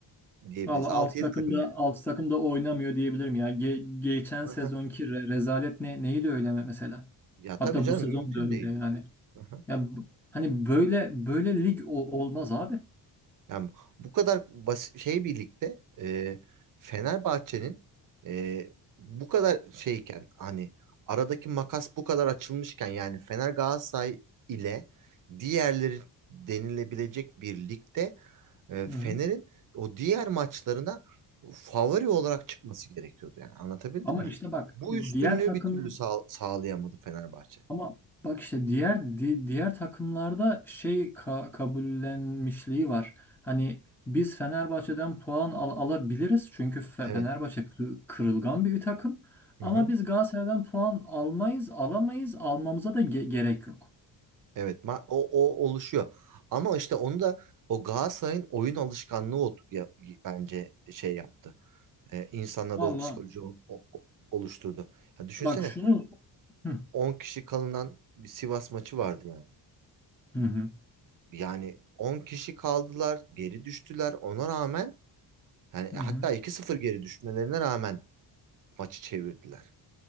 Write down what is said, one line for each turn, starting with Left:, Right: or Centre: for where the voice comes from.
Right: diyebiliriz.
Centre: Valla
Right: 6
Centre: 6
Right: yedi
Centre: takım
Right: takım
Centre: da
Right: yani.
Centre: 6 takım da oynamıyor diyebilirim ya. Ge- geçen
Right: Aha,
Centre: sezonki re- rezalet ne neydi öyle me- mesela?
Right: Ya
Centre: Hatta
Right: tabii canım
Centre: bu sezon
Right: mümkün
Centre: da öyle
Right: değil.
Centre: yani.
Right: Yani, aha.
Centre: Ya bu- hani böyle böyle lig o- olmaz abi.
Right: Yani bu kadar basit şey birlikte e, Fenerbahçe'nin e, bu kadar şeyken hani aradaki makas bu kadar açılmışken yani Fener Galatasaray ile diğerleri denilebilecek bir ligde e, Fener'in
Centre: Hı hı.
Right: o diğer maçlarına favori olarak çıkması gerekiyordu yani anlatabildim
Centre: Ama
Right: mi?
Centre: işte bak
Right: Bu
Centre: diğer
Right: üstünlüğü
Centre: takım
Right: bir türlü sağ- sağlayamadı Fenerbahçe.
Centre: Ama bak işte diğer di- diğer takımlarda şey ka- kabullenmişliği var. Hani biz Fenerbahçe'den puan al- alabiliriz çünkü Fe-
Right: Evet.
Centre: Fenerbahçe kı- kırılgan bir takım.
Right: Hı
Centre: Ama
Right: hı.
Centre: biz Galatasaray'dan puan almayız, alamayız, almamıza da ge- gerek yok.
Right: Evet, ma- o, o oluşuyor. Ama işte onu da o Galatasaray'ın oyun alışkanlığı o, ya- bence şey yaptı. Ee, insanlarda
Centre: Valla
Right: o psikoloji o- o- oluşturdu. Ya düşünsene
Centre: bak şunu Hı
Right: 10 kişi kalınan bir Sivas maçı vardı yani.
Centre: hı hı.
Right: Yani 10 kişi kaldılar, geri düştüler. Ona rağmen yani
Centre: hı hı.
Right: hatta iki sıfır geri düşmelerine rağmen maçı çevirdiler.